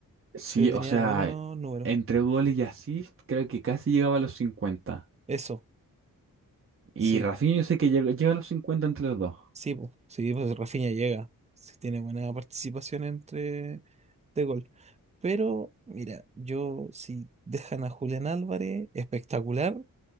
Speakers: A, on the right; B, on the right.
A: Sí,
B: pero tenía
A: o sea,
B: buenos números.
A: entre goles y asist creo que casi llegaba a los cincuenta
B: Eso,
A: Y
B: sí,
A: Rafinha yo sé que llega, llega a los 50 entre los dos.
B: sí, pues, sí, pues Rafinha llega, sí, tiene buena participación entre de gol. Pero, mira, yo si dejan a Julián Álvarez, espectacular.